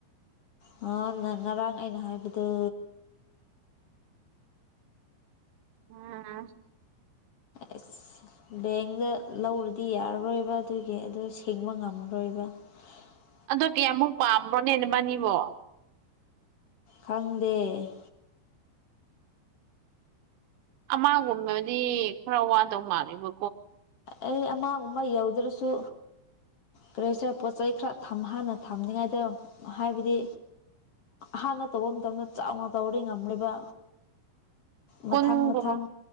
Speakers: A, on the left; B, on the right.
A: ꯍꯥ ꯅꯪ ꯉꯔꯥꯡ ꯑꯩꯅ ꯍꯥꯏꯕꯗꯨ
B: ꯎꯝ
A: ꯑꯁ ꯕꯦꯡꯗ ꯂꯧꯔꯗꯤ ꯌꯥꯔꯔꯣꯏꯕ ꯑꯗꯨꯒꯤ ꯑꯗꯨ ꯁꯤꯡꯕ ꯉꯝꯔꯣꯏꯕ <unintelligible>
B: ꯑꯣ ꯀꯌꯥꯃꯨꯛ ꯄꯥꯝꯕ꯭ꯔꯣꯅꯦ ꯅꯃꯥꯅꯤꯕꯣ
A: ꯈꯪꯗꯦ
B: ꯑꯃꯒꯨꯝꯕꯗꯤ ꯈꯔ ꯋꯥꯗꯧ ꯃꯥꯜꯂꯦꯕꯣ
A: ꯑꯩ ꯑꯃꯒꯨꯝꯕ ꯌꯧꯗ꯭ꯔꯁꯨ ꯀ꯭ꯔꯦꯆ ꯄꯣꯠ ꯆꯩ ꯈꯔ ꯊꯝ ꯍꯥꯟꯅ ꯊꯝꯅꯤꯡꯉꯥꯏꯗꯣ ꯍꯥꯏꯕꯗꯤ ꯍꯥꯟꯅ ꯇꯧꯕ ꯃꯇꯝꯗ ꯆꯥꯎꯅ ꯇꯧꯔꯗꯤ ꯉꯝꯂꯣꯏꯕ ꯃꯊꯪ
B: ꯀꯨꯟꯒꯨꯝ
A: ꯃꯊꯪ